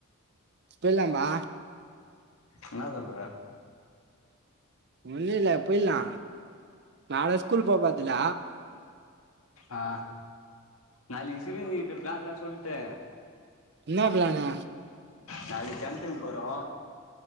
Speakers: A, on the right; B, on the left.
A: போயிடலாம்பா
B: இன்னா சொல்ற
A: ஒன்னு இல்ல போய்லா நாள ஸ்கூல் போ போர்துல்ல
B: ஆ நாளைக்கு சிரிநிதி கிட்ட ப்ளான்ல்லா சொல்ட்டே
A: இன்ன ப்ளான்னு
B: நாளைக்கு கெணத்துகு போறோ